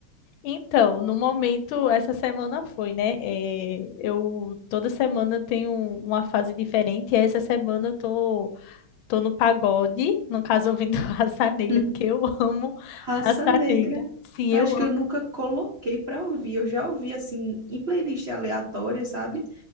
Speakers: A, on the left (about 75°); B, on the right (about 65°).
A: Então, no momento, essa semana foi, né? Eh, eu toda semana eu tenho uma fase diferente, e essa semana eu tô, tô no pagode, no caso ouvindo <laughs> Raça Negra,
B: <laughs>
A: porque eu amo
B: Raça
A: Raça
B: Negra.
A: Negra. Sim, eu
B: Eu acho
A: amo.
B: que eu nunca coloquei pra ouvir. Eu já ouvi assim em playlist aleatória, sabe?